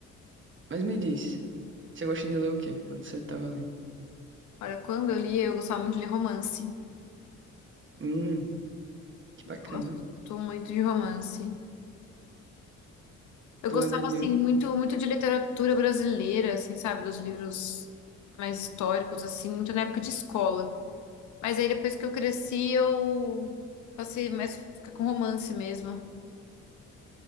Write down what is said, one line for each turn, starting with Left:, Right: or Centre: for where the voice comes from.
Right: mas me diz, você gosta de ler o quê quando você tava lendo?
Left: Olha, quando eu li, eu gostava muito de ler romance.
Right: Hum, que bacana.
Left: Gosto muito de romance. Eu
Right: Tu
Left: gostava,
Right: lembra de
Left: assim,
Right: um que...
Left: muito, muito de literatura brasileira, assim, sabe? Dos livros mais históricos, assim, muito na época de escola. Mas aí, depois que eu cresci, eu passei mais a ficar com romance mesmo.